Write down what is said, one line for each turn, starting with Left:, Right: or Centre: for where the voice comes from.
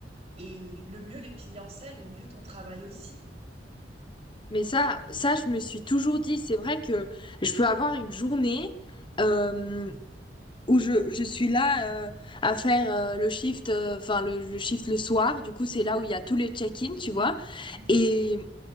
Right: et le mieux les clients c'est, le mieux ton travail aussi.
Left: mais ça ça je me suis toujours dit c'est vrai que je peux avoir une journée euh, où je, je suis là euh, à faire euh, le shift, euh, enfin le, le shift le soir. Du coup, c'est là où il y a tous les check-in, tu vois.
Right: Mhm.
Left: Et,